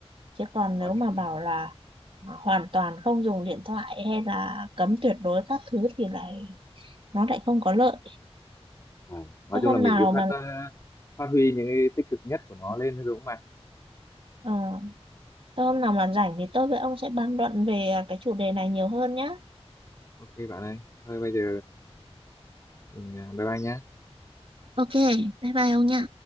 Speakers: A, on the right; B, on the left.
A: chứ còn
B: có
A: nếu
B: những
A: mà bảo
B: cái-
A: là à, hoàn toàn không dùng điện thoại hay là cấm tuyệt đối các thứ thì lại nó lại không có lợi
B: à, nói
A: thôi
B: chung
A: hôm
B: là mình
A: nào
B: cứ phát
A: mà
B: ờ, phát huy những cái tích cực nhất của nó lên thôi đúng không bạn
A: ờ, thôi hôm nào mà rảnh thì tôi với ông sẽ bàn luận về cái chủ đề này nhiều hơn nhá
B: ok bạn ơi thôi bây giờ mình ờ, bye bye nhá
A: Ok, bye bye ông nha.